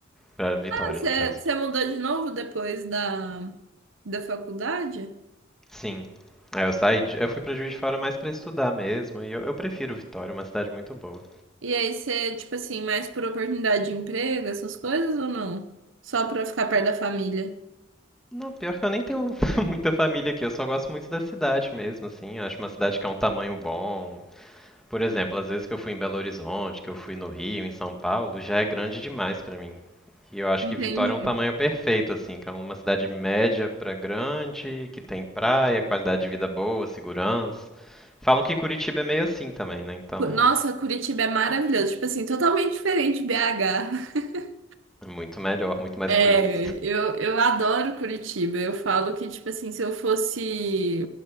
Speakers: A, in the centre; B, on the right.
A: pra Vitória
B: Ah, você
A: no caso.
B: você mudou de novo depois da, da faculdade?
A: Sim. Aí eu saí, de, eu fui pra Juiz de Fora mais pra estudar mesmo, e eu, eu prefiro Vitória, é uma cidade muito boa.
B: E aí você, tipo assim, mais por oportunidade de emprego, essas coisas ou não? Só pra ficar perto da família?
A: Não, pior que eu nem tenho <laughs> muita família aqui, eu só gosto muito da cidade mesmo, assim. Eu acho uma cidade que é um tamanho bom. Por exemplo, às vezes que eu fui em Belo Horizonte, que eu fui no Rio, em São Paulo, já é grande demais pra mim. E eu acho
B: Entendi.
A: que Vitória é um tamanho perfeito, assim, que é uma cidade média pra grande, que tem praia, qualidade de vida boa, segurança. Falam que Curitiba é meio assim também, né? Então,
B: Cu- Nossa, Curitiba é maravilhoso. Tipo assim, totalmente diferente de BH. <laughs>
A: é muito melhor, muito mais
B: É,
A: bonito.
B: eu, eu adoro Curitiba. Eu falo que, tipo assim, se eu fosse